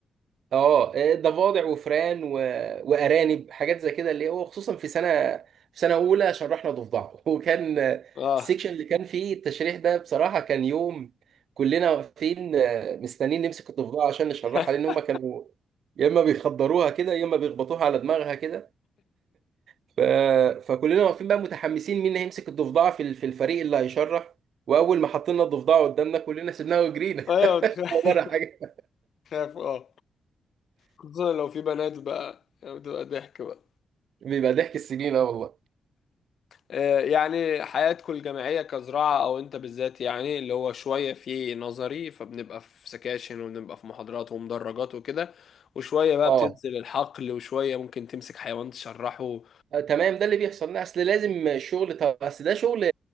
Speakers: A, on the right; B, on the left.
A: اه ضفادع وفئران و... وارانب حاجات زي كده اللي هو خصوصا في سنه في سنه اولى شرحنا ضفدع <laughs> وكان
B: اه
A: السكشن اللي كان فيه التشريح ده بصراحه كان يوم كلنا واقفين آه، مستنيين نمسك الضفدع عشان نشرحها
B: <laughs>
A: لان هم كانوا يا اما بيخدروها كده يا اما بيخبطوها على دماغها كده ف... فكلنا واقفين بقى متحمسين مين هيمسك الضفدع في ال- في الفريق اللي هيشرح واول ما حطينا الضفدع قدامنا كلنا سيبناها وجرينا
B: أيوه
A: <laughs>
B: كفاية
A: ولا حاجه
B: خاف اه خصوصا لو في بنات بقى يعني بتبقى ضحك بقى
A: بيبقى ضحك السنين اه والله
B: آه، يعني حياتكم الجامعية كزراعة أو أنت بالذات يعني اللي هو شوية في نظري فبنبقى في سكاشن وبنبقى في محاضرات ومدرجات وكده وشوية بقى
A: اه
B: بتنزل الحقل وشوية ممكن تمسك حيوان تشرحه
A: آه، تمام ده اللي بيحصل لا، اصل لازم الشغل طب اصل ده شغل